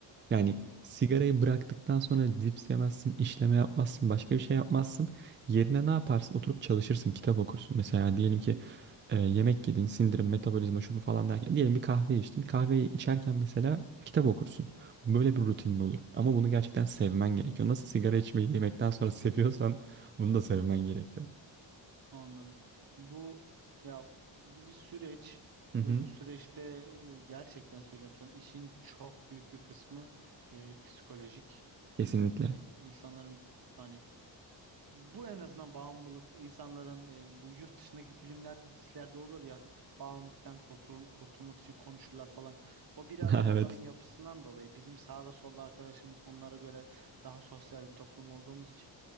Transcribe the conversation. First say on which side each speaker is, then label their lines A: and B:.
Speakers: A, on the right; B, on the right.
A: Yani
B: Yani.
A: sigarayı bıraktıktan sonra cips yemezsin, işleme yapmazsın, başka bir şey yapmazsın. Yerine ne yaparsın? Oturup çalışırsın, kitap okursun. Mesela diyelim ki e, yemek yedin, sindirim, metabolizma, şu bu falan derken. Diyelim bir kahve içtin. Kahveyi içerken mesela kitap okursun. Böyle bir rutinin olur. Ama bunu gerçekten sevmen gerekiyor. Nasıl sigara içmeyi yemekten sonra <laughs> seviyorsan bunu da sevmen gerekiyor.
B: Anladım. Bu ya bu bir süreç
A: Hı hı.
B: ve bu süreçte e, gerçekten söylüyorum sana işin çok büyük bir kısmı e, psikolojik.
A: Kesinlikle.
B: E, insanların hani bu en azından bağımlılıkta insanların e, bu yurt dışındaki filmlerde dizilerde olur ya bağımlılıktan kurtul- kurtulmak için konuşurlar falan. O birazcık
A: <laughs> Ha,
B: onların
A: Evet.
B: yapısından dolayı bizim sağda solda arkadaşımız onlara göre daha sosyal bir toplum olduğumuz için